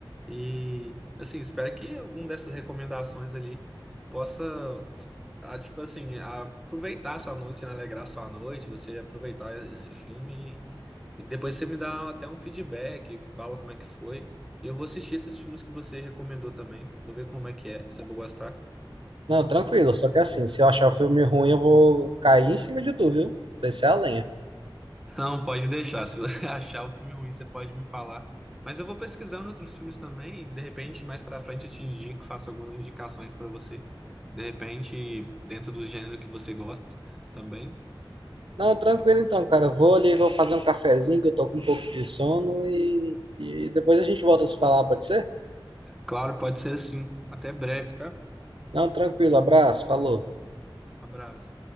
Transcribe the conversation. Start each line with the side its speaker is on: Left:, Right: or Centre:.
Centre: E assim, espero que alguma dessas recomendações ali possa, ah, tipo assim, aproveitar a sua noite, né, alegrar a sua noite, você aproveitar esse filme e e depois você me dá até um feedback, fala como é que foi. E eu vou assistir esses filmes que você recomendou também. Vou ver como é que é, se eu vou gostar.
Right: Não, tranquilo, só que assim, se eu achar o filme ruim, eu vou cair em cima de tu, viu? Descer a lenha.
Centre: Não, pode deixar. Se você <laughs> achar o filme ruim, você pode me falar. Mas eu vou pesquisando outros filmes também. e De repente, mais pra frente, eu te indico, faço algumas indicações pra você. De repente, dentro do gênero que você gosta também.
Right: Não, tranquilo então, cara. Vou ali, vou fazer um cafezinho, que eu tô com um pouco de sono e, e depois a gente volta a se falar, pode ser?
Centre: Claro, pode ser assim. Até breve, tá?
Right: Não, tranquilo, abraço, falou.
Centre: Abraço.